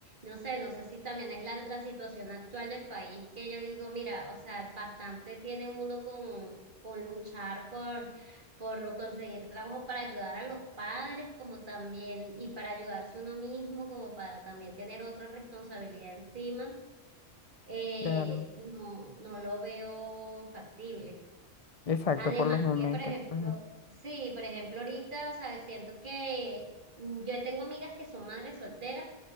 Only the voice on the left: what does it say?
Claro,
exacto,
por los momentos.
Ajá,